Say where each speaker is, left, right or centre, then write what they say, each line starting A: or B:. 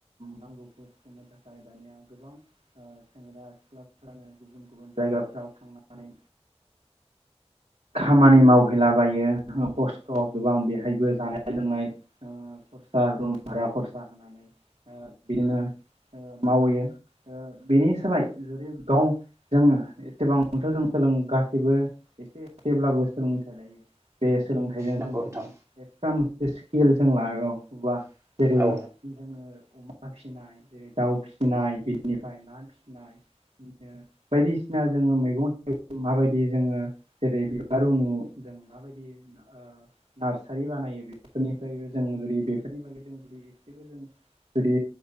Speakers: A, on the right; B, on the right.
A: नांगौखौ सुफुंनो थाखाय दानिया गोबां ओ सेंग्रा सिख्लाफ्रानो गुबुन गुबुन जायगाफ्राव थांनानै खामानि ओ मावहैला बायो खस्थ' गोबां बेहायबो जानाय लोंनाय ओ खरसा दं भारा खरसा होनानै ओ बिदिनो मावहैयो ओ बेनि सोलाय जुदि गाव जोङो एसेबांथ' जों सोलों गासैबो एसे एसेब्लाबो सोलोंथाइ लाय बेे सोलोंथाइजों
B: नंगौ
A: जों जुदि
B: नोंथां
A: एटा मो स्किल जों लागोब्ला जेरै
B: औ
A: जोङो अमा फिनाय जेरै दाउ फिसिनाय बेनिफ्राय ना फिसिनाय बि बायदिसिना जोङो मैगं थाइगं माबायदि जोङो जेरै बिबार रुनु जों माबायदि ओ नार्सारि बानायो बेफोरनिफ्रायबो जों जुदि बेफोरनि बागै जों जुदि एसेबो जों जुदि